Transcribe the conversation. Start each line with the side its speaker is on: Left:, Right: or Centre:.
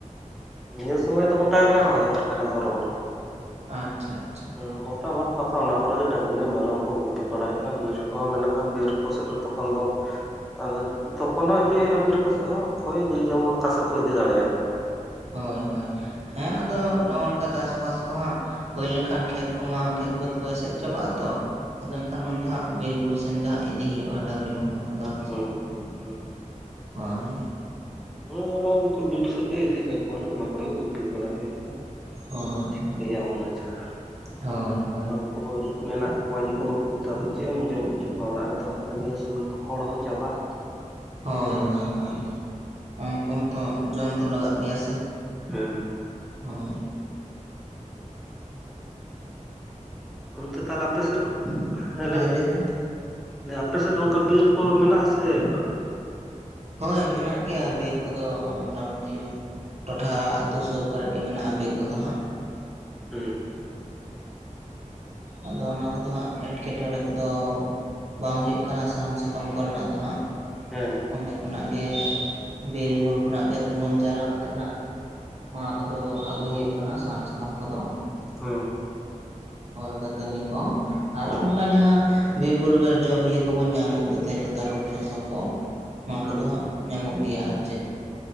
Centre: ᱱᱤᱭᱟᱹ ᱥᱚᱢᱚᱭ ᱫᱚ ᱜᱚᱴᱟ ᱜᱮᱞᱮ ᱨᱚᱦᱚᱭᱟ ᱟᱨᱠᱷᱟᱱᱮ ᱫᱷᱚᱨᱚᱱ
Right: ᱟᱪᱪᱷᱟ ᱟᱪᱪᱷᱟ
Centre: ᱦᱢ ᱜᱚᱴᱟ ᱢᱟᱴᱷ ᱯᱷᱟᱠᱟ ᱚᱱᱟ ᱠᱚᱨᱮᱜ ᱜᱮ ᱰᱟᱹᱝᱨᱤ ᱢᱮᱨᱚᱢ ᱠᱚ ᱜᱩᱯᱤ ᱵᱟᱲᱟᱭ ᱦᱩᱭᱩᱜ-ᱟ ᱵᱤᱨ ᱠᱚᱦᱚᱸ ᱢᱮᱱᱟᱜ-ᱟ ᱵᱤᱨ ᱠᱚ ᱥᱮᱫ ᱫᱚ ᱛ ᱩᱱ ᱫᱚ ᱟᱫᱚ ᱛᱚᱠᱷᱚᱱ ᱦᱚᱸ ᱤᱫᱤ ᱦᱩᱭᱩᱜ-ᱟ ᱵᱤᱨ ᱠᱚᱥᱮᱫ ᱦᱚᱸ, ᱚᱠᱚᱭ ᱡᱮ ᱡᱮᱢᱚᱱ ᱚᱠᱟᱥᱮᱫ ᱠᱚ ᱤᱫᱤ ᱫᱟᱲᱮᱭᱟᱠᱚᱣᱟ ᱾
Right: ᱦᱳᱭ ᱦᱳᱭ ᱦᱮᱸ ᱟᱫᱚ ᱱᱚᱜᱼᱱᱚᱝᱠᱟ ᱪᱟᱥᱵᱟᱥ ᱠᱚ ᱦᱟᱸᱜ ᱦᱩᱭ ᱞᱮᱱᱠᱷᱟᱱ ᱠᱷᱮᱛ ᱠᱚᱢᱟ ᱠᱷᱮᱛ ᱵᱟᱹᱫᱽ ᱠᱚ ᱮᱥᱮᱫ ᱪᱟᱵᱟᱜᱼᱟ ᱛᱚ ᱟᱫᱚ ᱮᱱᱠᱷᱟᱱ ᱩᱱ ᱫᱚ ᱦᱟᱸᱜ ᱵᱤᱨᱼᱵᱩᱨᱩ ᱥᱮᱱ ᱜᱮ ᱦᱟᱸᱜ ᱤᱫᱤ ᱦᱩᱭᱩᱜᱼᱟ ᱰᱟᱝᱨᱤ ᱢᱮᱨᱚᱢ ᱠᱚᱫᱚ ᱟᱨ
Centre: ᱦᱩᱸ
Right: ᱪᱮᱫ
Centre: ᱦᱩᱸ ᱦᱩᱸ
Right: ᱦᱳᱭ
Centre: ᱦᱚᱭ ᱚᱱᱟ ᱚᱱᱛᱮ ᱵᱤᱨ ᱥᱮᱫ ᱜᱮ ᱤᱫᱤ ᱠᱟᱠᱚᱣᱟᱞᱮ ᱚᱱᱟ ᱠᱚᱨᱮ ᱜᱮ ᱜᱩᱯᱤ ᱵᱟᱲᱟ ᱦᱩᱭᱩᱜᱼᱟ ᱾
Right: ᱦᱳᱭ
Centre: ᱪᱤᱠᱟᱹᱭᱟᱢ
Right: ᱦᱳᱭ
Centre: ᱚᱱᱟ ᱪᱷᱟᱲᱟ,
Right: ᱦᱳᱭ ᱦᱳᱭ
Centre: ᱟᱨᱦᱚ ᱩᱱᱠᱩ ᱦᱚᱸ ᱢᱮᱱᱟᱜ ᱠᱚᱣᱟ ᱡᱚᱠᱷᱚᱱ ᱩᱱᱠᱩ ᱛᱚ ᱟᱫᱚ ᱪᱮᱫ ᱮᱢ ᱡᱚᱢ ᱦᱚᱪᱚ ᱠᱚᱣᱟ ᱚᱲᱟᱜ ᱨᱮ ᱫᱚᱦᱚ ᱠᱟᱛᱮ ᱱᱤᱭᱟᱹ ᱥᱚᱢᱚᱭ ᱛᱚ ᱠᱷᱚᱲ ᱦᱚᱸ ᱪᱟᱵᱟᱜ ᱟᱛᱚ ᱾
Right: ᱦᱳᱭ ᱦᱳᱭ ᱦᱳᱭ ᱩᱱᱠᱩ ᱦᱚᱸᱛᱚ ᱡᱚᱢ ᱫᱚ ᱞᱟᱜᱟᱜ ᱜᱮᱭᱟ ᱥᱮ
Centre: ᱦᱮᱸ
Right: ᱦᱚᱭ
Centre: ᱚᱱᱛᱮ ᱛᱟᱦᱚᱞᱮ ᱟᱯᱮ ᱥᱮᱫ ᱫᱚ, ᱦᱮᱸ ᱞᱟᱹᱞ ᱢᱮ,
Right: ᱞᱟᱹᱭ ᱵᱮᱱ
Centre: ᱫᱮ ᱟᱯᱮ ᱥᱮᱫ ᱫᱚ ᱚᱱᱠᱟ ᱵᱤᱨ ᱠᱚ ᱢᱮᱱᱟᱜᱼᱟ ᱥᱮ ᱵᱟᱝ?
Right: ᱦᱳᱭ ᱢᱮᱱᱟᱜ ᱜᱮᱭᱟ ᱵᱤᱨ ᱠᱚᱫᱚ ᱢᱚᱴᱟᱢᱩᱴᱤ, ᱴᱚᱴᱷᱟ ᱟᱛᱩ ᱥᱩᱨ ᱠᱚᱨᱮᱫ ᱜᱮ ᱢᱮᱱᱟᱜᱼᱟ ᱵᱤᱨ ᱠᱚᱫᱚ ᱦᱟᱸᱜ,
Centre: ᱦᱩᱸ
Right: ᱟᱫᱚ ᱚᱱᱟ ᱠᱚᱫᱚ ᱦᱟᱸᱜ ᱮᱴᱠᱮᱴᱚᱬᱮ ᱠᱚᱫᱚ ᱵᱟᱝ ᱦᱩᱭᱩᱜ ᱠᱟᱱᱟ ᱥᱟᱦᱟᱱ, ᱥᱟᱠᱟᱢ ᱠᱚᱨᱮᱱᱟᱜ ᱫᱚ ᱦᱟᱸᱜ,
Centre: ᱦᱮᱸ
Right: ᱚᱸᱰᱮ ᱠᱷᱚᱱᱟᱜ ᱜᱮ ᱵᱤᱨ-ᱵᱩᱨᱩ ᱠᱷᱚᱱᱟᱜ ᱜᱮ ᱛᱩᱢᱟᱹᱞ ᱡᱟᱣᱨᱟ ᱠᱟᱛᱮ ᱱᱟᱜ ᱚᱱᱟ ᱠᱚᱫᱚ ᱟᱹᱜᱩᱭ ᱦᱩᱭᱩᱜ ᱠᱟᱱᱟ ᱥᱟᱦᱟᱱ, ᱥᱟᱠᱟᱢ ᱠᱚᱫᱚ,
Centre: ᱦᱚᱸ
Right: ᱦᱚᱭ ᱫᱟᱹᱛᱟᱹᱱᱤ ᱠᱚ ᱟᱨ
Centre: ᱦᱩᱸ
Right: ᱚᱱᱠᱟ ᱡᱟᱦᱟᱸ ᱵᱤᱨ-ᱵᱩᱨᱩ ᱨᱮ ᱡᱚᱼᱵᱤᱞᱤ ᱠᱚᱵᱚᱱ ᱧᱟᱢᱮᱫ ᱫᱚ ᱛᱮᱨᱮᱞ, ᱛᱟᱨᱚᱯ, ᱥᱚᱥᱚ ᱠᱚ ᱚᱱᱟ
Centre: ᱦᱩᱸ
Right: ᱠᱚᱫᱚ ᱦᱟᱸᱜ ᱧᱟᱢᱚᱜ ᱜᱮᱭᱟ ᱟᱨ ᱪᱮᱫ ᱾